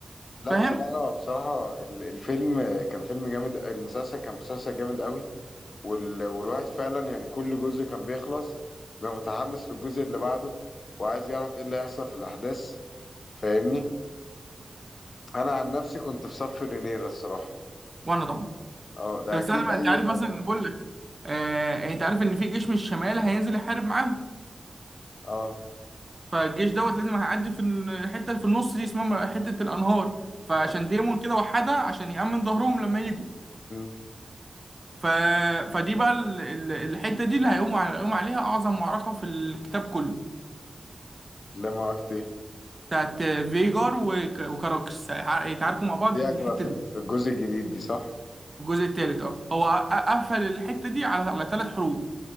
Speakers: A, on the left; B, on the right.
A: لا
B: فاهم
A: بصراحة بصراحة ال- الفيلم كان فيلم جامد المسلسل كان مسلسل جامد قوي وال... والواحد فعلا يعني كل جزء كان بيخلص بقى متحمس للجزء اللي بعده وعايز يعرف إيه اللي هيحصل في الأحداث فاهمني؟ أنا عن نفسي كنت في صف رينيرا الصراحة
B: وانا طبعا
A: أه ده
B: طب استنى
A: أكيد
B: بقى
A: أي
B: انت عارف
A: حد
B: مثلا بقول لك آه انت عارف ان في جيش من الشمال هينزل يحارب معاهم
A: أه
B: فالجيش دوت لازم هيعدي في الحته اللي في النص دي اسمها حته الانهار فعشان
A: أه
B: ديمون كده وحدها عشان يأمن ظهرهم لما يجوا
A: مم.
B: ف... فدي بقى ال... ال- الحته دي اللي هيقوم على... هيقوم عليها اعظم معركه في الكتاب كله
A: لا ما عرفت إيه
B: بتاعت فيجار وك... وكاراكس هيتع- هيتعاركوا مع بعض
A: دي
B: في
A: هتبقى
B: الحته
A: في
B: دي
A: ال- في الجزء الجديد دي صح؟
B: الجزء الثالث اه هو أ- قفل الحته دي على على ثلاث حروب